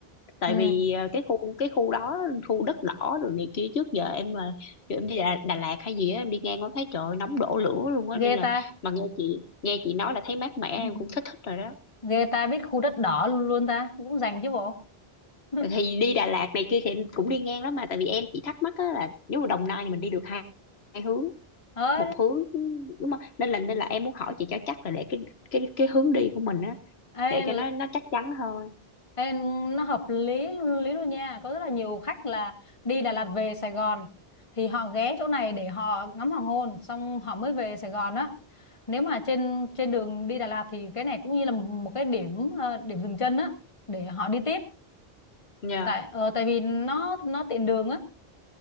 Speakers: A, on the left; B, on the left.
A: tại
B: ừ
A: vì à, cái khu cái khu đó khu đất đỏ rồi này kia trước giờ em mà kiểu em đi Đà, Đà Lạt hay gì á em đi ngang có thấy trời ơi, nóng đổ lửa luôn á nên
B: ghê
A: là
B: ta
A: mà nghe chị nghe chị nói là thấy mát mẻ em
B: <laughs>
A: cũng thích
B: Ừ,
A: thích rồi đó
B: ghê ta biết khu đất đỏ luôn ta cũng dành chứ bộ <laughs>
A: Rồi thì đi Đà Lạt này kia thì em cũng đi ngang đó mà tại vì em chỉ thắc mắc á là nếu mà Đồng Nai thì mình đi được hai, hai hướng
B: ờ
A: một hướng đúng không nên là nên là em muốn hỏi chị cho chắc là để cái cái cái hướng đi của mình á
B: ê,
A: để cho nó nó chắc chắn thôi
B: Ê, nó hợp lý luôn- lý luôn nha có rất là nhiều khách là đi Đà Lạt về Sài Gòn thì họ ghé chỗ này để họ ngắm hoàng hôn xong họ mới về Sài Gòn á nếu mà trên trên đường đi Đà Lạt thì cái này cũng như là một cái điểm ờ, điểm dừng chân á để họ đi tiếp
A: Dạ.
B: tại ờ, tại vì nó nó tiện đường á